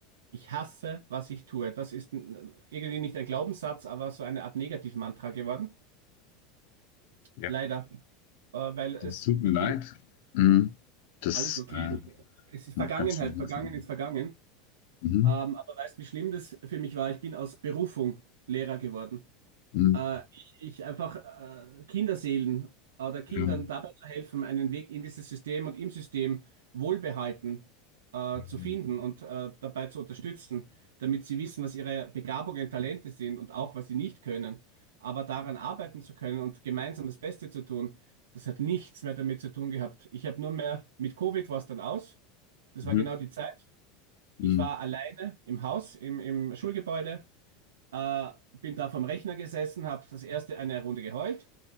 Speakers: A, on the right; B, on the left.
A: Ich hasse, was ich tue. Das ist n- irgendwie nicht ein Glaubenssatz, aber so eine Art Negativmantra geworden.
B: Ja.
A: Leider. Äh, weil es,
B: Das tut mir
A: ich
B: leid.
A: bin
B: Mhm. Das,
A: alles okay.
B: Äh,
A: Es ist
B: noch
A: Vergangenheit.
B: ganz schön langsam.
A: Vergangen ist vergangen.
B: Mhm.
A: Ähm, aber weißt du, wie schlimm das für mich war? Ich bin aus Berufung Lehrer geworden.
B: Mhm.
A: äh, ich, ich einfach äh, Kinderseelen oder Kindern
B: Ja.
A: dabei zu helfen, einen Weg in dieses System und im System wohlbehalten äh, zu
B: mhm.
A: finden und äh, dabei zu unterstützen, damit sie wissen, was ihre Begabungen, Talente sind und auch, was sie nicht können. Aber daran arbeiten zu können und gemeinsam das Beste zu tun, das hat nichts mehr damit zu tun gehabt. Ich habe nur mehr, mit Covid war es dann aus. Das
B: Mhm.
A: war genau die Zeit.
B: Mhm.
A: Ich war alleine im Haus, im, im Schulgebäude. Äh, bin da vom Rechner gesessen, habe das erste eine Runde geheult